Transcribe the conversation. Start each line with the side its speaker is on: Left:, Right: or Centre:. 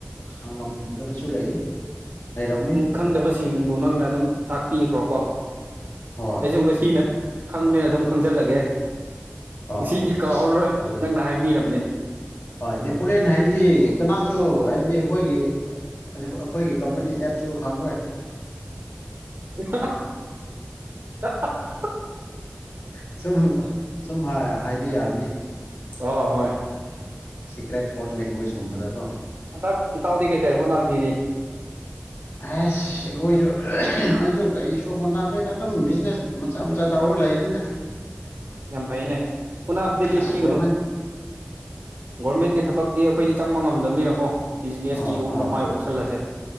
Left: ꯍꯥꯡꯂꯝꯗꯕꯁꯨ ꯂꯩ ꯂꯩꯔꯝꯅꯤ
Right: ꯈꯪꯗꯕꯁꯤꯡꯕꯨ ꯅꯪꯅ ꯑꯗꯨꯝ ꯇꯥꯛꯄꯤꯈ꯭ꯔꯣꯀꯣ
Left: ꯍꯣꯏ
Right: ꯑꯩꯁꯨ ꯉꯁꯤꯅ ꯈꯪꯕꯅꯤꯅ ꯑꯗꯨꯝ ꯈꯪꯖꯜꯂꯒꯦ
Left: ꯑꯥ
Right: ꯉꯁꯤꯗꯤ ꯀꯥꯎꯔꯔꯣꯏ
Left: ꯑꯗꯨꯅꯤ
Right: ꯅꯪꯅ ꯍꯥꯏꯕꯤꯔ
Left: ꯍꯣꯏ ꯅꯦꯄꯣꯂꯤꯌꯥꯟ ꯍꯥꯏꯔꯤꯗꯤ ꯀꯅꯥꯁꯨ ꯁꯨ ꯍꯥꯏꯕꯗꯤ ꯑꯩꯈꯣꯏꯒꯤ ꯑꯩꯈꯣꯏꯒꯤ ꯀꯝꯄꯅꯤ ꯑꯦꯞꯁꯨ ꯈꯪꯂꯣꯏ
Right: ꯎꯍ ꯍꯥ ꯍꯥ <unintelligible>
Left: ꯁꯨꯝ ꯁꯨꯝ ꯍꯥꯏꯕ ꯌꯥꯔꯅꯤ
Right: ꯑꯣ ꯍꯣꯏ
Left: ꯁꯤꯀ꯭ꯔꯦꯠ ꯀꯣꯔꯠ ꯂꯦꯡꯒ꯭ꯋꯦꯖꯀꯨꯝꯕꯗ ꯀꯣ
Right: ꯍꯟꯗꯛ ꯏꯇꯥꯎꯗꯤ ꯀꯩꯀꯩ ꯍꯣꯠꯅꯕꯤꯔꯤ
Left: ꯑꯁ ꯑꯩꯈꯣꯏꯁꯨ ꯑꯩꯁꯨ ꯀꯩꯁꯨ ꯍꯣꯟꯅꯗꯦꯗ ꯑꯗꯨꯝ ꯕꯤꯖꯤꯅꯦꯁ ꯃꯆꯥ ꯃꯆꯥ ꯇꯧꯔꯒ ꯂꯩ <inaudible>
Right: ꯌꯥꯝ ꯐꯩꯅꯦ ꯍꯣꯠꯅꯥꯕꯗꯤ ꯂꯞꯄꯤꯒꯅꯨ
Left: ꯑꯁ ꯒꯣꯔꯃꯦꯟ
Right: ꯒꯣꯔꯃꯦꯟꯒꯤ ꯊꯕꯛꯇꯤ ꯑꯩꯈꯣꯏꯗꯤ ꯆꯪꯕ ꯉꯝꯗꯕꯅꯤꯅꯀꯣ ꯕꯤꯖꯤꯅꯦꯁꯀꯤꯔꯣꯝꯗ
Left: ꯑꯣ ꯍꯣꯏ
Right: ꯃꯥꯏ ꯑꯣꯟꯁꯤꯜꯂꯁꯦ